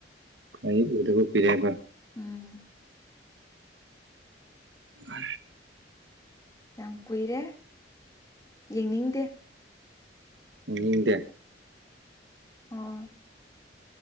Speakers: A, on the right; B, on the left.
A: ꯑꯩ ꯎꯗꯕ ꯄꯔꯕ
B: ꯎꯝ
A: ꯑ
B: ꯌꯥꯝ ꯀꯨꯏꯔꯦ ꯌꯦꯡꯅꯤꯡꯗꯦ
A: ꯎꯗꯦ
B: ꯑꯣ